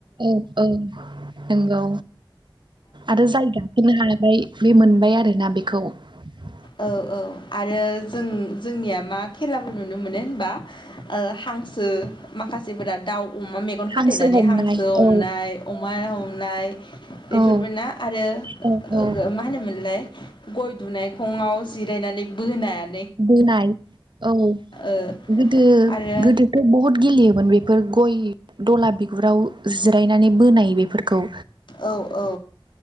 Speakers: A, on the right; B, on the left.
A: औ - औ नोंगौ आरो जाय गाखोनो हाबाय बे मोनबाय आरोना बेखौ द
B: औ - औ आरो जों जोंनिया मा खेलाबो नुनो मोनो होनबा ओ हांसो माखासेफोरा दाउ अमा मेगन खाथेनानै
A: हांसो हमनाय
B: हांसो
A: औ
B: अमनाय अमा हमनाय बेफोरबो
A: औ
B: ना आरो
A: औ औ
B: मा होनोमोनलाय गय दुनाय जिरायनानै बोनाय
A: बोनाय औ
B: ओ
A: गोदो -
B: आरो
A: गोदोथ' बहुत गेलेयोमोन बे फोर गय दला बिगुराव जिरायनानै बोनाय बेफोरखौ
B: औ औ